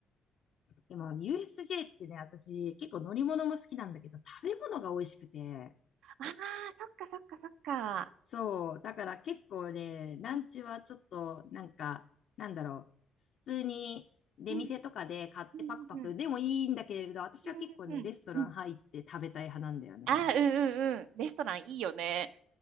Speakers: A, on the left; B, on the right.
A: でも、USJ ってね、私結構乗り物も好きなんだけど、食べ物が美味しくて。
B: ああ、そっかそっかそっか。
A: そう。だから結構ね、ランチはちょっと、
B: う
A: なんか、なんだろう。普通に出店とかで買ってパクパクでもいいんだけれど、
B: ん、うん、うん、
A: 私は結構ね、
B: うん、うん、
A: レストラン入って食べたい派なんだよね。
B: うん。ああー、うん、うん、うん。レストランいいよね。